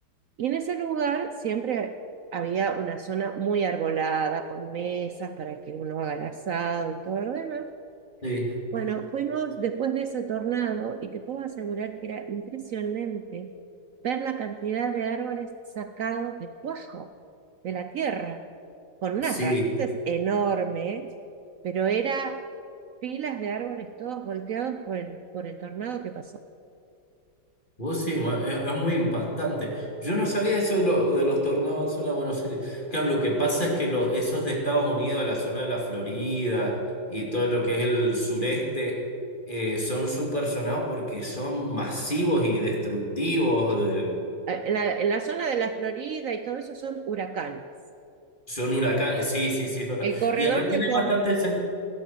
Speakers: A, on the right (about 70°); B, on the left (about 25°).
A: Y en ese lugar siempre había una zona muy arbolada, con mesas para que uno haga el asado y todo lo demás.
B: Sí.
A: Bueno, fuimos después de ese tornado y te puedo asegurar que era impresionante ver la cantidad de árboles sacados de cuajo, de la tierra, con unas
B: sí.
A: raíces enormes, pero era pilas de árboles todos volteados por el, por el tornado que pasó.
B: Vos sí, ma- es, es muy impactante. Yo no sabía eso de, lo- de los tornados en zona de Buenos Aires. Claro, lo que pasa es que los, esos de Estados Unidos, la zona de la Florida y todo lo que es el sureste, eh, son súper sonados porque son masivos y destructivos. de-
A: Eh, En la, en la zona de la Florida y todo eso son huracanes.
B: son huracanes. Sí, sí, sí, es verdad.
A: El corredor
B: Y acá
A: de
B: tiene
A: Torres,
B: bastante sentido.